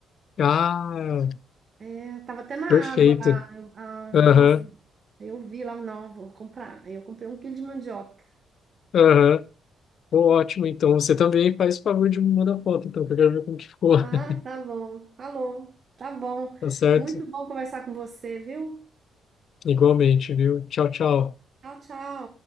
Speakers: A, on the left; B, on the right.
A: Ah,
B: É, tava até na
A: perfeito.
B: água lá. Eu- ah,
A: Aham,
B: nossa, aí eu vi lá, não, vou comprar. Aí eu comprei um quilo de mandioca.
A: aham. Pô, Ótimo, então você também faz o favor de me mandar foto, então, que eu quero ver como que ficou.
B: Ah,
A: <laughs>
B: tá bom. Falou. Tá bom.
A: Tá certo?
B: Muito bom conversar com você, viu?
A: Igualmente, viu? Tchau, tchau.
B: Tchau, tchau.